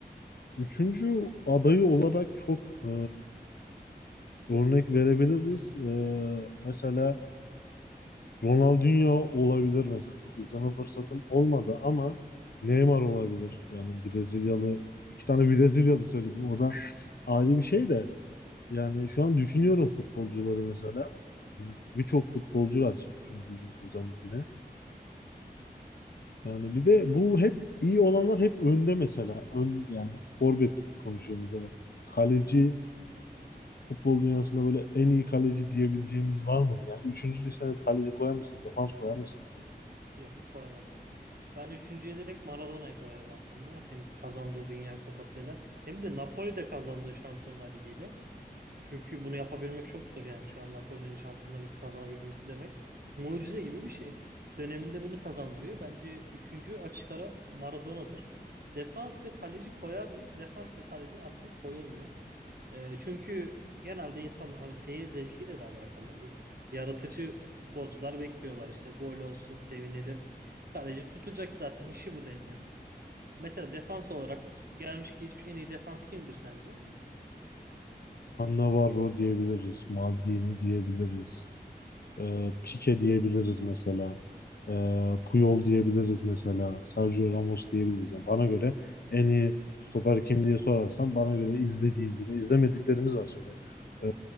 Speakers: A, on the left; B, on the right.
A: Üçüncü adayı olarak çok e, örnek verebiliriz. E, mesela Ronaldinho olabilir mesela. Çok izleme fırsatım olmadı ama Neymar olabilir. Yani Brezilyalı. iki tane Brezilyalı söyledim. O da ayrı bir şey de. Yani şu an düşünüyorum futbolcuları mesela. Birçok futbolcu var çünkü günümüzden bugüne. Yani bir de bu hep iyi olanlar hep önde mesela. Ön, yani forvet konuşuyoruz mesela. Kaleci futbol dünyasında böyle en iyi kaleci diyebileceğimiz var mıdır? Yani üçüncü listene kaleci koyar mısın? Defans koyar mısın mesela?
B: Yok koymam. Ben üçüncüye direkt Maradona'yı koyarım aslında. Hem kazandığı Dünya Kupası'yla hem de Napoli'de kazandığı Şampiyonlar Ligi'yle. Çünkü bunu yapabilmek çok zor yani şu an Napoli'nin Şampiyonlar Ligi kazanabilmesi demek. Mucize gibi bir şey. Döneminde bunu kazandırıyor. Bence üçüncü açık ara Maradona'dır. Defans ve kaleci koyar mıyım? Defans ve kaleci aslında koyulmuyor. E, çünkü genelde insanın hani seyir zevkiyle de alakalı bu. Yaratıcı futbolcular bekliyorlar işte gol olsun sevinelim. Kaleci tutacak zaten işi bu deniyor. Mesela defans olarak gelmiş geçmiş en iyi defans kimdir sence?
A: Navarro diyebiliriz. Maldini diyebiliriz. E, Pique diyebiliriz mesela. E, Puyol diyebiliriz mesela. Sergio Ramos diyebiliriz. Yani bana göre en iyi stoper kim diye sorarsan bana göre izlediğim bir de izlemediklerimiz var şimdi. E,